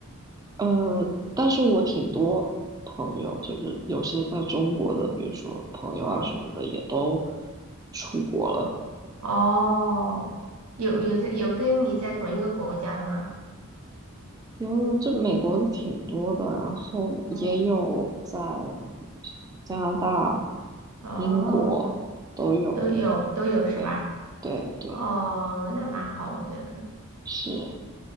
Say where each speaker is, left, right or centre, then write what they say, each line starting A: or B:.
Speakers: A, on the right (about 15°); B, on the right (about 80°).
A: 呃，但是我挺多朋友，就是有些在中国的，比如说朋友啊什么的，
B: 嗯，
A: 也都出国了。
B: 哦，有有在有跟你在同一个国家的吗？
A: 有有，这美国的挺多的，然后也有在哪里
B: 哦
A: 加拿大、
B: 哦，
A: 英国都有。
B: 都有都有是吧？
A: 对，对，对，
B: 哦，那蛮好的。
A: 是，